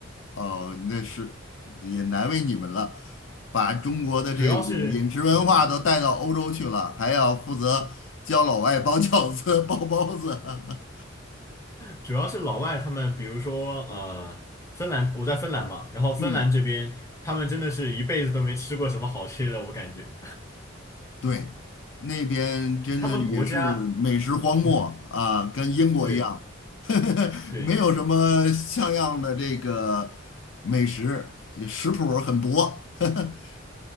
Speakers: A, on the left (about 65°); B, on the left (about 15°).
A: 哦，那是也难为你们了，把中国的这个饮食文化都带到欧洲去了，
B: 主要是嗯。
A: 还要负责教老外包饺子、包包子。<laughs>
B: 主要是老外他们，比如说呃，芬兰，我在芬兰嘛，然后芬兰这边他们真的是一辈子都没吃过什么好吃的，
A: 嗯，
B: 我感觉
A: 对，那边真的也是美食荒漠啊，
B: 他们国家，嗯，
A: 跟英国一样，
B: 对
A: <laughs>
B: 对
A: 没有什么像样的这个美食，食谱儿很薄。<laughs>